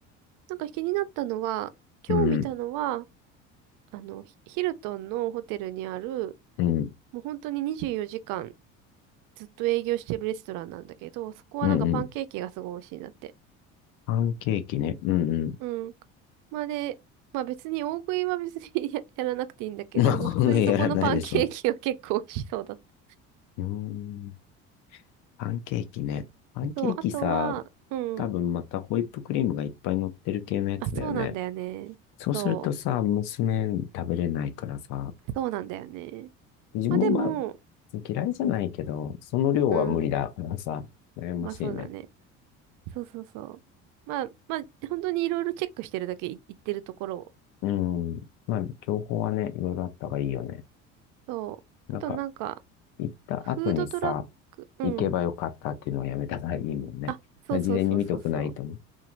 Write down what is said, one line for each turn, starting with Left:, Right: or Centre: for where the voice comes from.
Right: なんか気になったのは、今日見たのは、
Left: うん。
Right: あの、ヒヒルトンのホテルにある、
Left: うん。
Right: もう本当に24時間ずっと営業してるレストランなんだけど、そこはなんかパンケーキがすごい美味しいんだって。
Left: うん。うん。パンケーキね。うん。うん。
Right: うん。まあで、まあ別に大食いは別に <laughs> や、やらなくていいんだけど、
Left: <laughs> まあ、これやらないでしょ。
Right: まあ普通にそこのパンケーキは結構美味しそうだった。
Left: うーん。パンケーキね。パンケーキさ、
Right: そう、あとは、うん
Left: 多分またホイップクリームがいっぱい乗ってる系のやつだよね。
Right: あ、そうなんだよね。
Left: そうするとさ、
Right: そ
Left: 娘食べれないからさ、
Right: う。そうなんだよね。
Left: 自分もまあ、
Right: まあでも、
Left: 嫌いじゃないけど、その量は無理だからさ、
Right: うん。
Left: 悩ましいね。
Right: まあそうだね。そうそうそう。まあ、まあ、本当にいろいろチェックしてるだけい言ってるところを。
Left: うん。まあ、情報はね、いろいろあった方がいいよね。
Right: そう。
Left: なんか、
Right: あとなんか、
Left: 行った後にさ、
Right: フードトラック、うん。
Left: 行けばよかったっていうのはやめた方がいいもんね。
Right: あ、
Left: だから事前に見とくないと思う。
Right: そうそうそうそうそう。